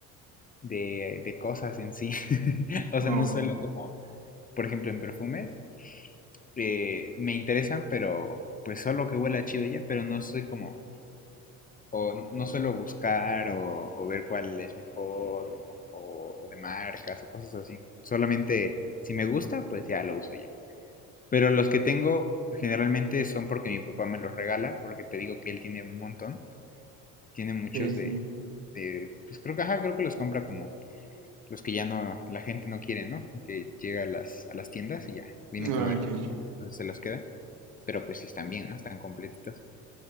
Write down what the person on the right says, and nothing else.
Oh,
sí, sí.
Ay,
ya, ya.